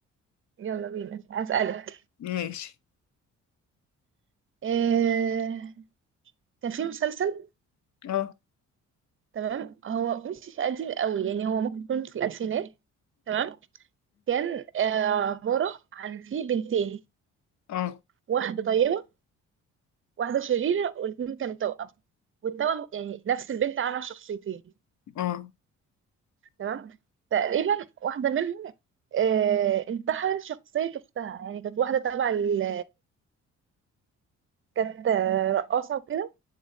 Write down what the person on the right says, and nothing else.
يلا بينا هسألك
آه، كان في مسلسل
تمام هو مش قديم قوي يعني هو ممكن يكون في الألفينات تمام كان آه، عبارة عن في بنتين
واحدة طيبة واحدة شريرة والاتنين كانوا توأم والتوأم يعني نفس البنت عاملة شخصيتين
تمام تقريبا واحدة منهم آه، انتحلت شخصية أختها يعني كانت واحدة تبع ال- كانت آه، رقاصة وكده